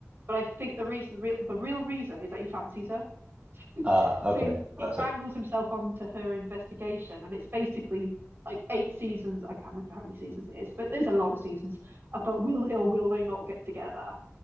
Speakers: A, on the right; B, on the right.
A: But I think the reason, real, the real reason, is that he fancies her. <laughs>
B: Ah,
A: So
B: okay.
A: he,
B: Classic.
A: he wrangles himself onto her investigation, and it's basically like eight seasons. I can't remember how many seasons it is, but there's a lot of seasons about will they or will they not get together?